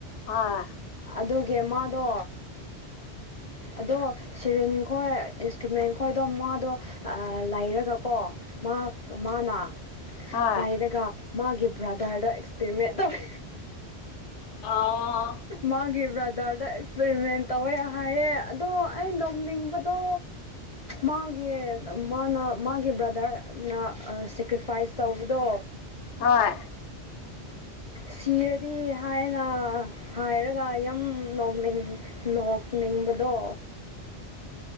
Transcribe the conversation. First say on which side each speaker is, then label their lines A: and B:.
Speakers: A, on the left; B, on the left.
A: ꯑꯥ
B: ꯑꯗꯨꯒꯤ ꯃꯥꯗꯣ ꯑꯗꯣ ꯁꯦꯔꯤꯟ ꯈꯣꯏ ꯏꯟꯁꯇ꯭ꯔꯨꯃꯦꯟ ꯈꯣꯏꯗꯣ ꯃꯥꯗꯣ ꯂꯩꯔꯒꯀꯣ ꯃꯥ ꯃꯥꯅ
A: ꯍꯣꯏ
B: ꯂꯩꯔꯒ ꯃꯥꯒꯤ ꯕ꯭ꯔꯥꯗꯔꯗ ꯑꯦꯛꯁꯄꯔꯤꯃꯦꯟ ꯇꯧꯋꯦ
A: ꯑꯥ
B: ꯃꯥꯒꯤ ꯕ꯭ꯔꯗꯔꯗ ꯑꯦꯛꯁꯄꯔꯤꯃꯦꯟ ꯇꯧꯋꯦ ꯍꯥꯏꯌꯦ ꯑꯗꯣ ꯑꯩ ꯅꯣꯛꯅꯤꯡꯕꯗꯣ ꯃꯥꯒꯤ ꯃꯥꯅ ꯃꯥꯒꯤ ꯕ꯭ꯔꯗꯔꯅ ꯁꯦꯀ꯭ꯔꯤꯐꯥꯏꯁ ꯇꯧꯕꯗꯣ
A: ꯍꯣꯏ
B: ꯁꯤꯔꯗꯤ ꯍꯥꯏꯅ ꯍꯥꯏꯔꯒ ꯌꯥꯝ ꯅꯣꯛꯅꯤꯡꯉ ꯅꯣꯛꯅꯤꯡꯕꯗꯣ